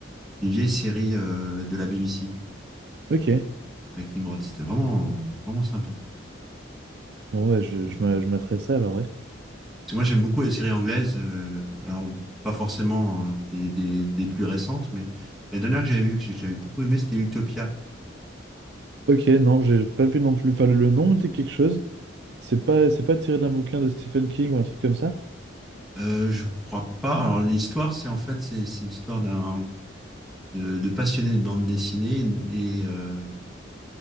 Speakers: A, in the centre; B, on the right.
A: C'est une vieille série euh, de la BBC
B: Ok.
A: avec Tim Roth. C'était vraiment vraiment sympa.
B: Bon, bah je,
A: Et,
B: je m'a- je m'adresse à ça alors, ouais.
A: Parce que moi, j'aime beaucoup les séries anglaises. euh, alors, pas forcément euh, des, des- des plus récentes, mais la dernière que j'avais vue, que j'ai- j'avais beaucoup aimé, c'était Utopia.
B: Ok, non, j'ai pas vu non plus. Enfin, le le nom me dit quelque chose. C'est pas, c'est pas tiré d'un bouquin de Stephen King ou un truc comme ça?
A: Euh, je crois pas. Alors, l'histoire, c'est en fait, c'est c'est l'histoire d'un de, de passionné de bande dessinée. Et, euh,